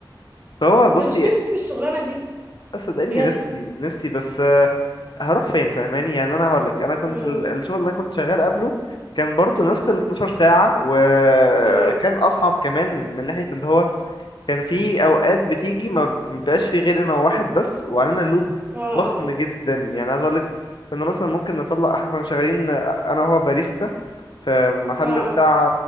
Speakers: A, on the left; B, on the right.
A: فهو
B: انت
A: بصي
B: مش ناوي تسيب الشغلانة دي
A: آه، صدقني
B: بجد
A: نفسي نفسي بس آه، هروح فين فاهماني يعني انا هقول لك انا كنت
B: امم
A: ال- الشغل اللي انا كنت شغال قبله كان برضو نفس ال 12 ساعة وكان
B: اه
A: اصعب كمان من ناحية ان هو كان في اوقات بتيجي ما بيبقاش في غير انا وواحد بس وعلينا لود
B: اه اه
A: ضخم
B: اه
A: جدا يعني عايز اقول لك كنا مثلا ممكن نطلع احنا كنا شغالين انا وهو باريستا في محل
B: اه
A: بتاع
B: اه